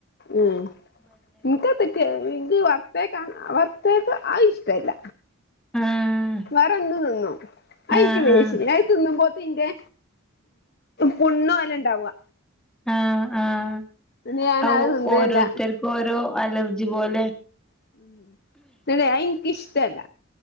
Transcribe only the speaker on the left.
ഉം എനിക്ക് അതൊക്കെ എനിക്ക് വ <unintelligible> വറുത്തെക്ക ആ ഇഷ്ടവില്ല
വേറൊന്ന് തിന്നു ആ
എനിക്ക് ദേഷ്യോ
അത് തിന്നുമ്പോതിന്റെ പുണ്ണു പോലെ ഇണ്ടാവുക
എന്നിട്ട് ഞാനത് തിന്നേല്ല
<unintelligible> അനിക്ക് ഇഷ്ട അല്ല